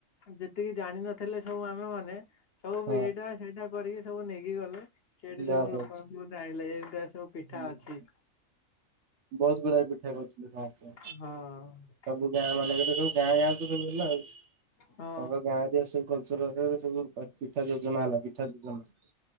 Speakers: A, on the left (about 55°); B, on the right (about 60°).
A: ଯେତିକି ଜାଣିନଥିଲେ ସବୁ ଆମେ ମାନେ ସବୁ
B: ହଁ
A: ଏଇଟା ସେଇଟା କରିକି ସବୁ ନେଇକି ଗଲେ। ସେଇଟି
B: ବାସ୍
A: ସବୁ ଲୋକ
B: ବାସ୍
A: ଆମକୁ ଚାହିଁଲେ ଏମତିଆ ସବୁ ପିଠା
B: ହୁଁ ହୁଁ।
A: ଅଛି।
B: ବହୁତ ଗୁଡାଏ ପିଠା କରୁଥିଲେ ସମସ୍ତେ।
A: ହଁ।
B: ସବୁ ଗାଁ ମାନେଙ୍କରେ ସବୁ ଗାଁ ଗାଆକୁ ସବୁ ହେଲା ଆଉ ତାଙ୍କ
A: ହଁ
B: ଗାଁ ସେଇ କଲଚରରେ ସବୁ ପିଠା ଯୋଜନା ହେଲା ପିଠା ଯୋଜନା।